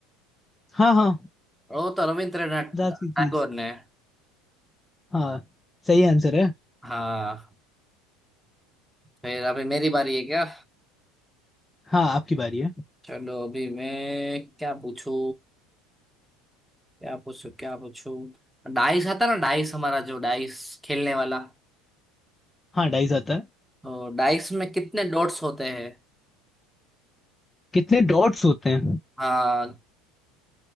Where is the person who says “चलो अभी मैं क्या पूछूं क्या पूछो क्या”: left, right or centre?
Centre